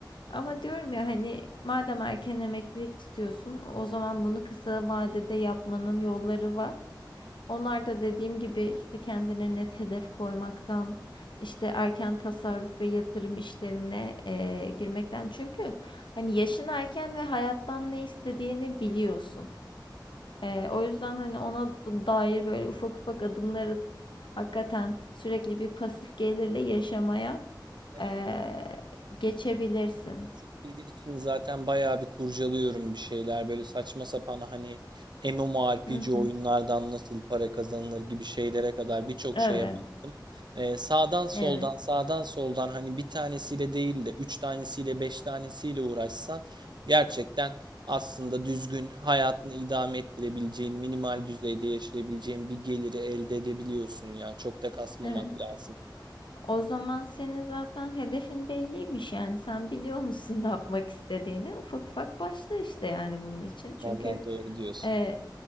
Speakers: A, on the left; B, on the right.
A: Ama diyorum ya hani madem erken emeklilik istiyorsun, o zaman bunu kısa vadede yapmanın yolları var. Onlar da dediğim gibi işte kendine net hedef koymaktan, işte erken tasarruf ve yatırım işlerine eee, girmekten. Çünkü hani yaşın erken ve hayattan ne istediğini biliyorsun. Eee, o yüzden hani ona dair böyle ufak ufak adımlar atıp hakikaten sürekli bir pasif gelirle yaşamaya
B: Evet.
A: eee, geçebilirsin.
B: Pasif gelir için zaten bayağı bir kurcalıyorum bir şeyler. Böyle saçma sapan hani MMORPG
A: Hı hı.
B: oyunlardan nasıl para kazanılır gibi şeylere kadar birçok
A: Evet.
B: şeye baktım. Ee, sağdan soldan
A: Evet.
B: sağdan soldan hani bir tanesiyle değil de üç tanesiyle beş tanesiyle uğraşsan gerçekten aslında düzgün hayatını idame ettirebileceğin minimal düzeyde yaşayabileceğin bir geliri elde edebiliyorsun ya. Çok da kasmamak
A: Evet.
B: lazım.
A: O zaman senin zaten hedefin belliymiş yani sen biliyor musun <laughs> ne yapmak istediğini ufak ufak başla işte yani bunun için çünkü
B: Vallahi doğru diyorsun.
A: e,